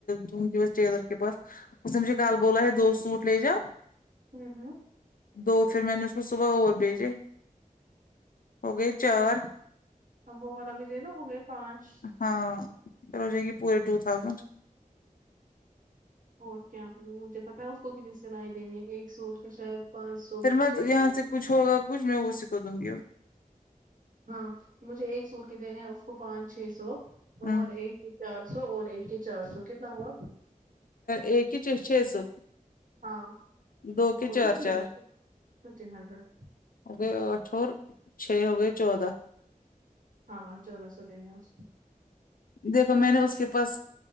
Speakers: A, on the left; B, on the right.
A: دونگی ٹیلر کے پاس اس نے مجھے کل بولا ہے دو سوٹ لے جاؤ
B: ہمم ہمم
A: دو پھر میں نے اس کو صبح اور بھیجے ہو گئے چار
B: اب وہ والا بھی دے دو تو ہو گئے پانچ
A: ہاں ہو جائے گی پورے ٹو تھاؤزینڈ
B: اور کیا مجھے پتا اس کو کتنی سلائی دینی ایک سوٹ کا شاید پانچ سو
A: پھر
B: کی
A: مت
B: چھ
A: میں یہاں
B: سو
A: سے کچھ ہوگا کچھ میں اسی کو دوں گی
B: ہاں مجھے ایک سوٹ کے دینے ہیں اس کو پانچ چھ سو
A: ہوں
B: اور ایک چارسو اور ایک ہی چار سو کتنا ہوا
A: ایک کہ چرچ چھ سو
B: ہاں
A: دو کے
B: ہوتا
A: چار
B: پھر
A: چار
B: ففٹین ہنڈریڈ
A: ہو گئے آٹھ اور چھ ہو گئے چودہ
B: ہاں چلو <unintelligible>
A: دیکھو میں نے اس کے پاس